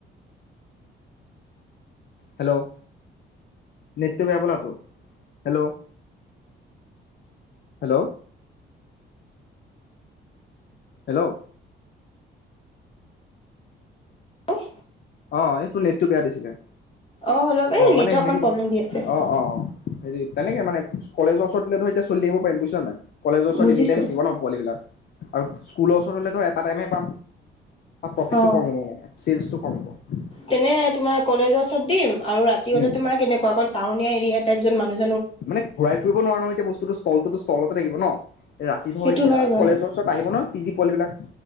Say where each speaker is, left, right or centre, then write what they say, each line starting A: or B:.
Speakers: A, on the left (about 55°); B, on the left (about 30°).
A: হেল্ল' নৃত্য বেয়া বলা ত হেল্ল' হেল্ল' হেল্ল'
B: হেল্ল'
A: অ এইটোৰ নেটটো বেয়া দিছিলে
B: অঁ অলপ এই
A: অ
B: নেটৱৰ্ক
A: মানে হেৰি
B: কণ প্ৰব্লেম দি আছে
A: অ অ অ হেৰি তেনেকে মানে কলেজৰওচৰ তলে তো এতিয়া চলি আহিব পাৰিম বুজিছ নাই কলেজৰ ওৰত
B: বুজিছো
A: তিনি টাইম থাকিব ন পোৱালিবিলাক আৰু স্কুলৰ লে ধৰ এটা টাইমে পাম প্ৰফিটটো
B: অ
A: কম হ'ব মানে চ থকে <unintelligible>
B: তেনে তোমাৰ কলেজৰ ওচৰত দিম আৰু ৰাতি হ'লে
A: উম
B: তোমাৰ কেনেকুৱা অকণ টাউনীয়া দিয়ে তাৰপিচত মানুহ জন, -
A: মানে ঘূৰাই ফুৰিব নোৱাৰো, এতিয়া বস্তুটো স্থলতোতো -স্থলতে থাকিব ন',। ৰাতি ধৰ
B: সেইটো
A: এতিয়া
B: হয় বাৰু
A: কলেজৰ ওচৰত আহিব ন পি জি পোৱালি বিলাক